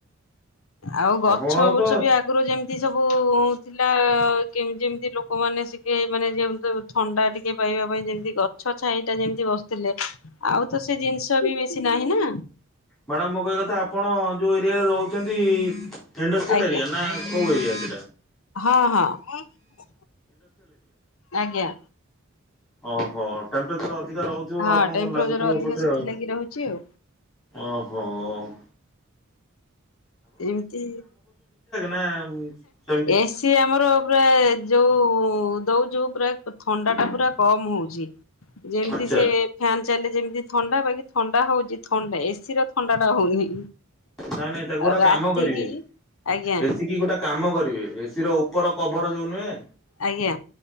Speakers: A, on the left; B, on the left.
A: ଆଉ ଗଛ
B: ଆପଣ
A: ବୁଛ
B: ତ
A: ବି ଆଗରୁ ଯେମିତି ସବୁ କଁଉଥିଲା କେମିତି ଏମିତି ଲୋକମାନେ ସିକିଏ ମାନେ ଯେ ଥଣ୍ଡା ଟିକେ ପାଇବା ପାଇଁ ଯେମିତି ଗଛ ଛାଇଟା ଯେମିତି ବସିଥିଲେ। ଆଉ ତ ସେ ଜିନିଷ ବି ବେଶି ନାହିଁ ନା।
B: ମାଡାମ ମୋ କହିବା କଥା ଆପଣ ରହୁଛନ୍ତି। ଇଣ୍ଡଷ୍ଟ୍ରିଲ
A: ଆଜ୍ଞା
B: ଏରିଆ ନା କୋଉ ଏରିଆ? <inaudible>
A: ହଁ ହଁ ଏଁ ଆଜ୍ଞା।
B: ଅହୋ ଟେମ୍ପ୍ରେଚର ଅ ଅଧିକା ରହୁଥିବ
A: ହଁ
B: ଆପଣଙ୍କୁ
A: ଟେମ୍ପରେଚର
B: ଲାଗୁଥିବ ଏପଟରେ
A: ଅଧିକ ସେଥିଲାଗି
B: ଆଉ।
A: ରହୁଛି ଆଉ।
B: ଓହୋ! ଅ
A: ଏମତି
B: ନା ସେମିତି
A: ଏସି ଆମର ପୁରା ଯୋଉ ଦଉଚୁ ପୁରା ଥଣ୍ଡା ଟା ପୁରା କମ ହଉଚି। ଯେମିତି
B: ଆଚ୍ଛା
A: ସେ ଫ୍ୟାନ୍ ଚାଲେ ଯେମତି ଥଣ୍ଡା ବାକି ଥଣ୍ଡା ହଉଚି, ଥଣ୍ଡା ଏସି ର ଥଣ୍ଡା ଟା ହଉନି।
B: ନାଇଁ, ନାଇଁ ତାକୁ ଗୋଟେ
A: ରାତିକି
B: କାମ କରିବେ,
A: ଆଜ୍ଞା
B: ଏସି କି ଗୋଟେ କାମ କରିବେ। ଏସି ର ଉପର କଭର୍ ଯୋଉ ନୁହେଁ
A: ଆଜ୍ଞା